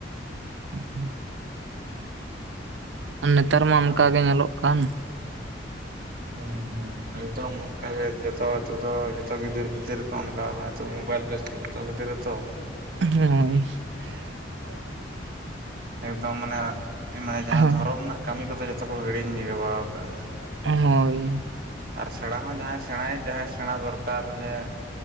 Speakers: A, on the right (about 70°); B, on the right (about 50°).
A: ᱦᱮᱸ᱾ ᱱᱮᱛᱟᱨ ᱢᱟ ᱚᱱᱠᱟ
B: ᱟᱨ
A: ᱜᱮ ᱧᱮᱞᱚᱜ ᱠᱟᱱ᱾
B: ᱦᱮᱸ ᱦᱮᱸ᱾ ᱮᱠᱫᱚᱢ ᱱᱚᱝᱠᱟᱜᱮ ᱡᱚᱛᱚ ᱛᱮᱫᱚ ᱡᱚᱛᱚ ᱜᱤᱫᱟᱹᱨᱯᱤᱫᱟᱹᱨ ᱚᱱᱠᱟᱣ ᱠᱟᱱᱟ ᱱᱤᱛᱚᱜ ᱢᱳᱵᱟᱤᱞ ᱵᱮᱥᱛᱚ᱾ <unintelligible>
A: <inaudible>
B: ᱮᱠᱫᱚᱢ ᱢᱟᱱᱮ ᱢᱟ ᱮ ᱡᱟᱦᱟᱸ
A: ᱦᱮᱸ
B: ᱫᱷᱚᱨᱚᱢ ᱨᱮᱱᱟᱜ ᱠᱟᱹᱢᱤ ᱠᱚᱫᱚ ᱡᱚᱛᱚ ᱠᱚ ᱦᱤᱲᱤᱧ ᱜᱟᱵᱟᱣ ᱟᱠᱟᱜ-ᱟ᱾
A: ᱮᱸᱦᱳᱭ᱾
B: ᱟᱨ ᱥᱮᱬᱟ ᱦᱚᱸ ᱡᱟᱦᱟᱸᱭ ᱥᱮᱬᱟᱭ ᱡᱟᱦᱟᱸᱭ ᱥᱮᱬᱟ ᱫᱚᱨᱠᱟᱨ ᱜᱮᱸ᱾